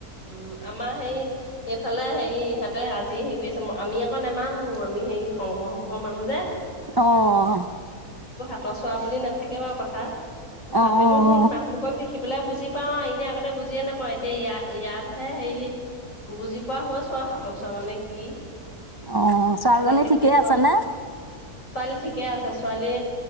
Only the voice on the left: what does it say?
উম, আমাৰ হেই এইফালে হেৰি সিহঁতে আজি হেৰি কৰি আছে আমি আকৌ নেমানো আমি হেৰি শংকৰ সংঘৰ মানুহ যে
ত 'চোৱা বুলি নাথাকে বাৰু কথা তথাপিতো
সেই মানহবোৰকক দেখি সেইবিলাক বুজি পাওঁ এনে আগতে বুজিয়ে নাপাওঁ এতিয়া ইয়াতহে হেৰি বুজি পোৱা হৈছো আৰু খাতৰ চোৱা মানে কি।
তাৰপৰা
সিহঁতক দেখিছো
আৰু
ছোৱালী ঠিকে আছে ছোৱালী